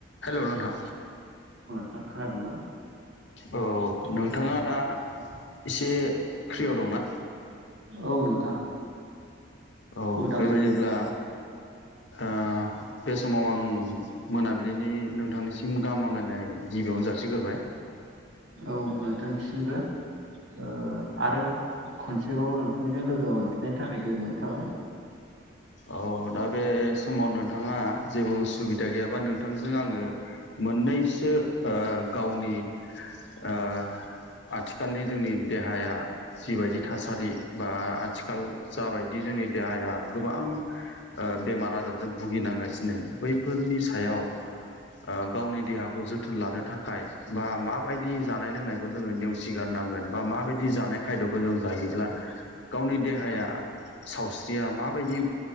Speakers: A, on the left; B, on the right.
A: <inaudible> Hello नोंथां
B: थां खोनादो ना?
A: औ नोंथाङा दा इसे फ्रिआव दंना?
B: औ नोंथां।
A: औ
B: उदाङैनो
A: बेबायदिब्ला ओ बे समाव आं मोनाबिलिनि नोंथांनिसिम गाहाम हामलायनाय गिबियावनो जासिग्रोबाय।
B: औ नोंथांनिसिमबो ओ आरो खनसेबाव नोंथांजों लोगो मोनफिननायनि थाखाय गोजोननाय थाबाय।
A: औ दा बे समाव नोंथाङा जेबो उसुबिदा गैयाबा नोंथांजों आङो मोननैसो ओ गावनि ओ आथिखालनि जोंनि देहाया जिबायदि थासारि बा आथिखाल जाबायदि जोंनि देहाया गोबां ओ बेमार आजारजों भुगिनांगासिनो बैफोरनि सायाव ओ गावनि देहाखौ जोथोन लानो थाखाय बा माबायदि जानाय लोंनायखौ जोङो नेवसिगारनांगोन बा माबायदि जानाय खायद'खौ जों जायोब्ला गावनि देहाया सावस्रिया माबायदि